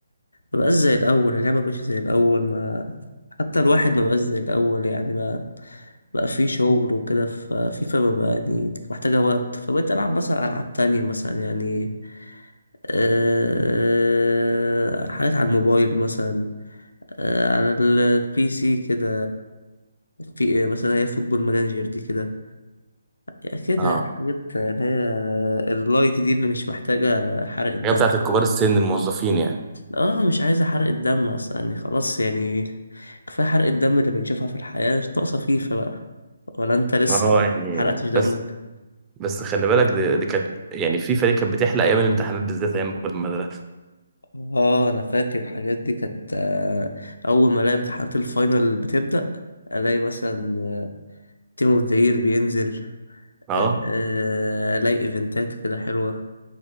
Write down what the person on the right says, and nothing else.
اه
هي بتاعت الكبار السن الموظفين يعني
اه يعني
بس بس خلي بالك دي, دي كانت يعني في فريق كانت بتحلق ايام الامتحانات بالذات ايام ما كنت في المدرسه
اه